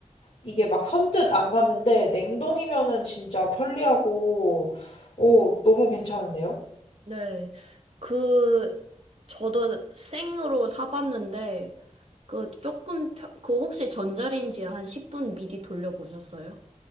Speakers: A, on the left; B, on the right.
A: 이게 막 선뜻 안 갔는데 냉동이면은 진짜 편리하고 오 너무 괜찮은데요?
B: 네. 그, 저도 생으로 사봤는데, 그 조금, 펴- 그 혹시 전자레인지에 한 10분 미리 돌려보셨어요?